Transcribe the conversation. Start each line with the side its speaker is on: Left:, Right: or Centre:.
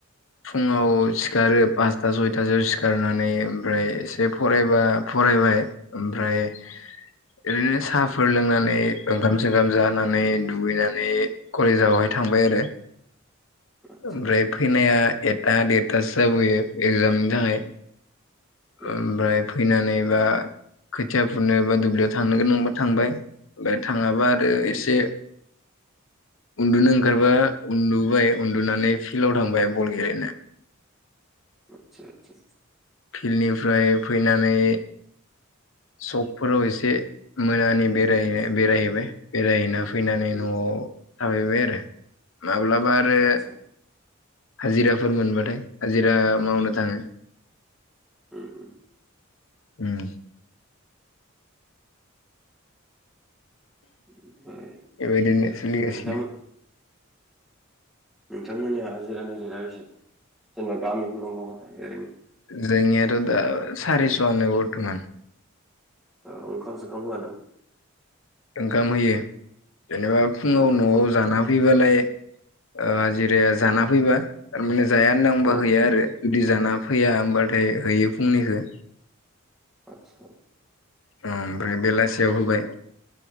Left: फुङाव सिखारो पासथा सयथासोआव सिखारनानै ओमफ्राय एसे फरायबा फरायबाय ओमफ्राय ओरैनो साहाफोर लोंनानै ओंखाम सोंखाम जानानै दुगैनानै कलेजावहाय थां बाय आरो।
Centre: आदसा
Left: ओमफ्राय फैनाया एकथा देरथासो जाबोयो एगजामनि थाखाय।
Centre: उम
Left: ओमफ्राय फैनानै एबा खोथिया फुनो एबी दुब्लियाव थांनो गोनांबा थांबाय। बे थाङाबा आरो
Centre: उम
Left: एसे उन्दुनो ओंखारबा उन्दुबाय, उन्दुनानै फिल्डआव थांबाय बल गेलेनो।
Centre: आतसा आतसा।
Left: फिल्डनिफ्राय फैनानै सकफोराव एसे मोनानि बेरायो बेरायहैबाय। बेरायहैना‌ फैनानै
Centre: उम
Left: न'आव थाफैबाय आरो। माब्लाबा आरो
Centre: आदसा
Left: हाजिराफोर मोनबाथाय हाजिरा मावनो थाङो।
Centre: ओम ओम।
Left: ओम।
Centre: ओमफ्राय
Left: बेबायदिनो सोलिगासिनो
Centre: नोथां ओम नोंथांमोननिया हाजिरानि रेटआ बेसे जेनेबा गामिफोराव मावाबायथाग्राया ओरैनो?
Left: जोंनियाथ' दा सारिस'आनो बरथ'मान।
Centre: औ ओंखाम सोंखाम होआ नामा?
Left: ओंखाम होयो जेनेबा फुङाव
Centre: ओ
Left: न'आव
Centre: खन
Left: जाना फैबालाय ओ हाजिराया जाना फैबा तारमाने जाया होनना बुंबा
Centre: औ
Left: हैया आरो जुदि जाना फैया होमबाथाय हैयो फुंनिखौ।
Centre: आतसा।
Left: ओमफ्राय बेलासियाव होबाय,